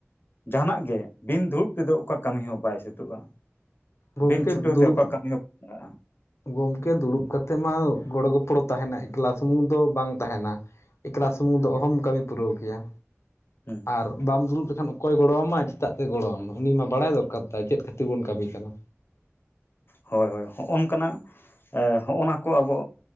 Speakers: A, on the left; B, on the left.
A: ᱡᱟᱦᱟᱱᱟᱜ ᱜᱮ ᱵᱤᱱ ᱫᱩᱲᱩᱵ ᱛᱮᱫᱚ ᱚᱠᱟ ᱠᱟᱹᱢᱤ ᱦᱚᱸ ᱵᱟᱭ ᱥᱟᱹᱛᱚᱜᱼᱟ᱾
B: ᱜᱚᱢᱠᱮ
A: ᱵᱤᱱ ᱪᱷᱩᱴᱟᱹᱣ
B: ᱫᱩᱲᱩᱵ
A: ᱛᱮ ᱚᱠᱟ ᱠᱟᱹᱢᱤ ᱦᱚᱸ ᱵᱟ
B: ᱜᱚᱢᱠᱮ ᱫᱩᱲᱩᱵ ᱠᱟᱛᱮᱫ ᱢᱟ ᱜᱚᱲᱚ ᱜᱚᱯᱚᱲᱚ ᱛᱟᱦᱮᱱᱟ, ᱮᱠᱞᱟ ᱥᱩᱢᱩᱝ ᱫᱚ ᱵᱟᱝ ᱛᱟᱦᱮᱱᱟ᱾ ᱮᱠᱞᱟ ᱥᱩᱢᱩᱝ ᱫᱚ ᱚᱦᱚᱢ ᱠᱟᱹᱢᱤ ᱯᱩᱨᱟᱹᱣ ᱠᱮᱭᱟ᱾
A: ᱦᱩᱸ
B: ᱟᱨ ᱵᱟᱢ ᱫᱩᱲᱩᱵ ᱞᱮᱠᱷᱟᱱ ᱚᱠᱚᱭ ᱜᱚᱲᱚᱣᱟᱢᱟ ᱪᱮᱛᱟᱜ ᱛᱮᱭ ᱜᱚᱲᱚᱣᱟᱢᱟ ᱩᱱᱤ ᱢᱟ ᱵᱟᱲᱟᱭ ᱫᱚᱨᱠᱟᱨ ᱛᱟᱭ ᱪᱮᱫ ᱠᱷᱟᱹᱛᱤᱨ ᱵᱚᱱ ᱠᱟᱹᱢᱤ ᱠᱟᱱᱟ᱾
A: ᱦᱳᱭ ᱦᱳᱭ ᱦᱚᱜᱼᱚᱱᱚᱝ ᱠᱟᱱᱟᱜ ᱦᱚᱜᱼᱚᱱᱟᱠᱚ ᱟᱵᱚ